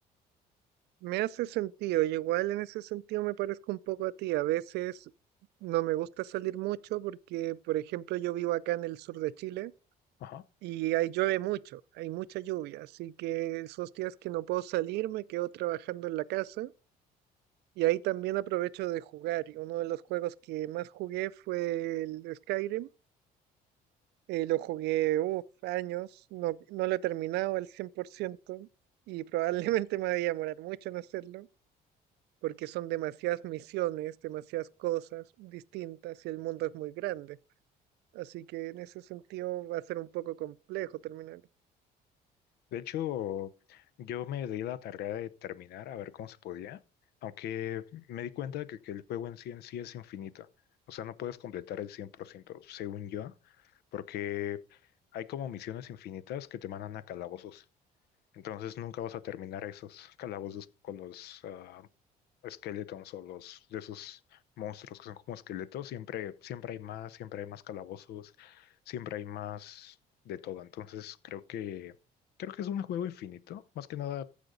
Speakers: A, on the right; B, on the left.
A: Me hace sentido, y igual en ese sentido me parezco un poco a ti. A veces no me gusta salir mucho porque, por ejemplo, yo vivo acá en el sur de Chile
B: Ajá.
A: y ahí llueve mucho, hay mucha lluvia, así que esos días que no puedo salir me quedo trabajando en la casa y ahí también aprovecho de jugar. Y uno de los juegos que más jugué fue el Skyrim, eh, lo jugué uf, años, no, no lo he terminado al 100% y probablemente <laughs> me voy a demorar mucho en hacerlo porque son demasiadas misiones, demasiadas cosas distintas y el mundo es muy grande. Así que en ese sentido va a ser un poco complejo terminar.
B: De hecho, yo me di la tarea de terminar a ver cómo se podía, aunque me di cuenta que, que el juego en sí en sí es infinito. O sea, no puedes completar el 100%, según yo, porque hay como misiones infinitas que te mandan a calabozos. Entonces nunca vas a terminar esos calabozos con los ah, esqueletos o los de esos monstruos que son como esqueletos. Siempre, siempre hay más, siempre hay más calabozos, siempre hay más de todo. Entonces creo que creo que es un juego infinito. Más que nada,